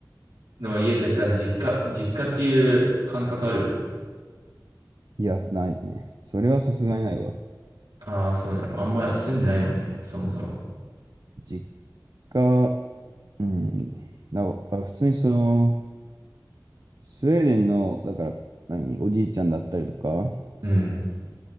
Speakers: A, on the right; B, on the right.
A: の家ってさ、実家、実家っていう感覚ある
B: いや、ないね。それはさすがにないわ。
A: ああー、そうだよ。あんま住んでないもんね、そもそも。
B: 実家、うん、だから普通にその、スウェーデンの、だから、何、おじいちゃんだったりとか、
A: うん。